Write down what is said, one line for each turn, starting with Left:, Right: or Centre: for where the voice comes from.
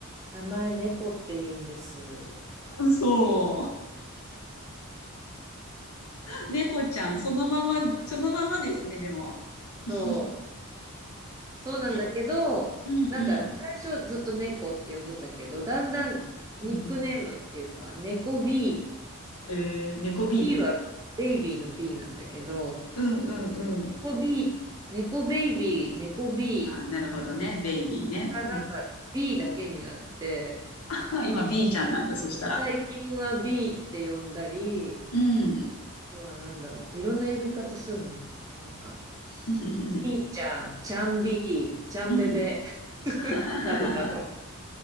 Right: 名前猫って言うんです。
Left: 嘘。猫ちゃん、そのまま、そのままですね、でも。<laughs>
Right: そう。そうなんだけど、
Left: え、うんうん。
Right: なんか最初ずっと猫って呼んでたけど、だんだんニックネームっていうか、
Left: うんうん
Right: 猫 B、
Left: えー、猫 B?
Right: B はベイビーの B なんだけど、
Left: うんうんうん。
Right: 猫 B、猫ベイビー、猫 B
Left: あ、なるほどね。ベイビーね。
Right: からなんか
Left: うん。
Right: B だけになって、
Left: <laughs> 今 B ちゃんなんだ、そしたら。
Right: 最近は B って呼んだり、
Left: うん。
Right: あとはなんだろう、いろんな呼び方するの。なんか、
Left: <laughs>
Right: ビーちゃん、ちゃんビー、ちゃんべべ、
Left: うん。
Right: <laughs>
Left: <laughs>
Right: などなど。